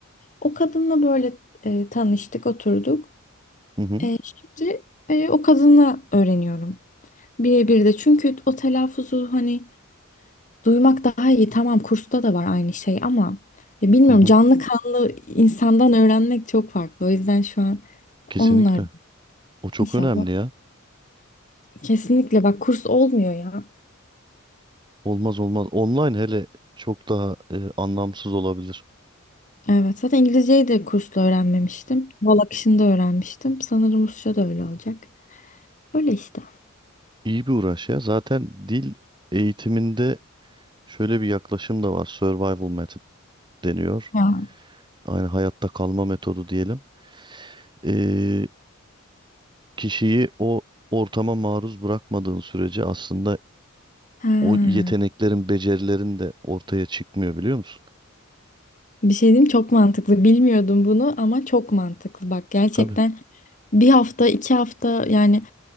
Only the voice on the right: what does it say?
Hı hı.
Hı hı.
Kesinlikle.
O çok
önemli ya.
Olmaz olmaz. Online hele çok daha e, anlamsız olabilir.
İyi bir uğraş ya. Zaten dil eğitiminde şöyle bir yaklaşım da var. Survival method deniyor.
Aynı hayatta kalma metodu diyelim. E, kişiyi o ortama maruz bırakmadığın sürece aslında
o yeteneklerin, becerilerin de ortaya çıkmıyor biliyor musun?
Tabii.